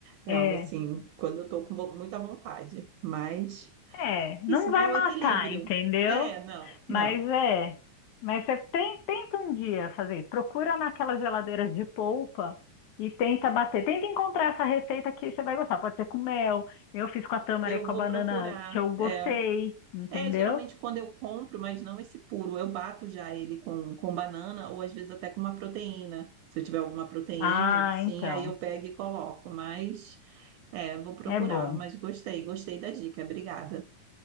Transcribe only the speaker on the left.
É.
É, não
vai
matar,
entendeu?
Mas é. Mas você tem- tenta um dia fazer. isso. Procura naquelas geladeiras de polpa e tenta bater. Tenta encontrar essa receita que você vai gostar. Pode ser com mel. Eu fiz com a tâmara
e com
a banana
que eu gostei,
entendeu?
Ah,
então.
É bom.